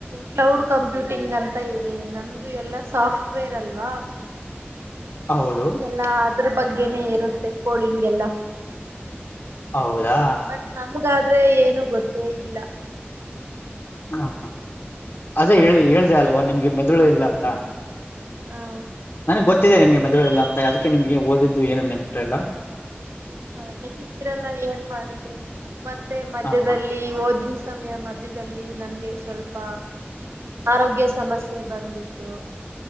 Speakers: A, on the right; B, on the left.
A: ಕ್ಲೌಡ್ ಕಂಪ್ಯೂಟಿಂಗ್ ಅಂತ ಇದೆ ನಮದ. ಇದು ಎಲ್ಲಾ ಸಾಫ್ಟವೇರ್ ಅಲ್ವಾ.
B: ಹೌದು.
A: ಎಲ್ಲ ಅದ್ರ ಬಗ್ಗೆನೆೇ ಇರುತ್ತೆ ಕೋಡಿಂಗೆಲ್ಲ.
B: ಹೌದಾ.
A: ಬಟ್ ನಮಗಾದ್ರೆ ಏನು ಗೊತ್ತೇ ಇಲ್ಲ.
B: ಹಾ ಹಾ ಅದೇ
A: ಹ
B: ಹೇಳಿ ಹೇಳ್ದ ಅಲ್ವಾ ನಿಮ್ಗೆ ಮೆದುಳು ಇಲ್ಲ ಅಂತ.
A: ಹಾ.
B: ನಂಗೆ ಗೊತ್ತಿದೆ ನಿಮ್ಗೆ ಮೆದುಳಿಲ್ಲ ಅಂತ ಅದಕ್ಕೆ ನಿಮಗೆ ಓದಿದ್ದು ಏನು ನೆನಪ ಇರ ಲ್ಲ.
A: ಹಾ ನೆನಪಿರಲ್ಲ ಏನ್ ಮಾಡದು ಮತ್ತೆ ಮಧ್ಯದಲ್ಲಿ.
B: ಹ ಹಾ
A: ಇಲ್ಲಿ ಓದಿನ ಸಮಯ ಮಧ್ಯದಲ್ಲಿ ನಂಗೆ ಸ್ವಲ್ಪ. ಆರೋಗ್ಯ ಸಮಸ್ಯೆ ಬಂದಿತ್ತು.